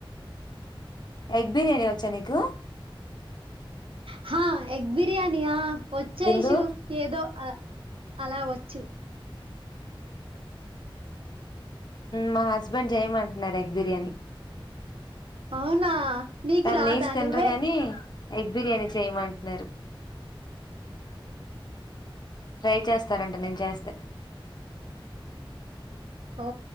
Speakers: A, on the left; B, on the right.
A: ఎగ్ బిర్యానీ వచ్చా నీకు
B: హ ఎగ్ బిర్యానియా వచ్చు
A: ఎందు
B: ఐషు ఏదో అలా వచ్చు వచ్చు
A: మా హస్బెండ్ చేయమంటున్నారు ఎగ్ బిర్యానీ
B: అవునా నీకు
A: తను
B: రాదా
A: నీస్ తినరుగాని
B: నువ్వే
A: ఎగ్ బిర్యానీ చేయమంటున్నారు ట్రై చేస్తారంట నేను చేస్తే
B: oh